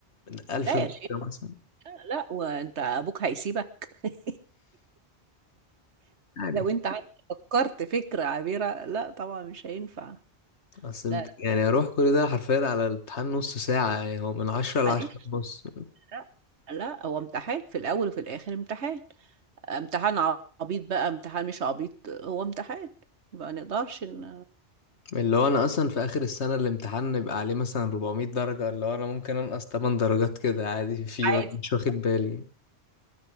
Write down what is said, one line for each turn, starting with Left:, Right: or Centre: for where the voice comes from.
Left: من 1000
Right: لا
Left: درجة
Right: يا شيخة
Left: مثلا
Right: لا وانت ابوك هيسيبك <laughs>
Left: يعني
Right: لو انت عارف- فكرت فكرة عبيرة لا طبعا مش هينفع
Left: اصل امت-
Right: لا لا
Left: يعني اروح كل ده حرفيا على الامتحان نص ساعة يعني هو من عشرة لعشرة
Right: معلش
Left: ونص
Right: لا لا هو امتحان في الاول وفي الاخر امتحان امتحان عبيط بقى امتحان مش عبيط هو امتحان ما نقدرش ان
Left: اللي هو انا اصلا في اخر السنة الامتحان يبقى عليه مثلا 400 درجة اللي هو انا ممكن انقص 8 درجات كده عادي فيه
Right: عادي
Left: وأنا مش واخد بالي